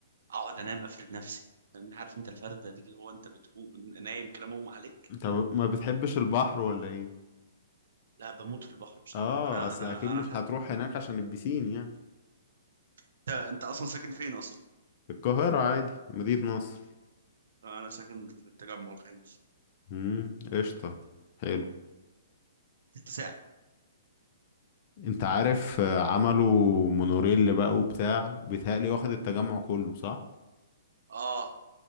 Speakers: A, on the right (about 65°); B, on the left (about 30°).
A: اقعد انام افرد نفسي فاهمني عارف انت الفرده دي اللي هو انت بتقوم نايم كده مغمى عليك
B: انت ما بتحبش البحر ولا ايه
A: لا بموت في البحر بصراحه
B: اه
A: انا
B: اصل
A: انا
B: اكيد مش
A: انا حاجه
B: هتروح هناك عشان البسين يعني
A: انت انت اصلا ساكن فين اصلا
B: القاهرة عادي مدينة نصر
A: انا ساكن في التجمع الخامس
B: امم قشطة حلو
A: ست ساعه
B: انت عارف آه، عملوا مونوريل بقى وبتاع بيتهيألي واخد التجمع كله صح
A: اه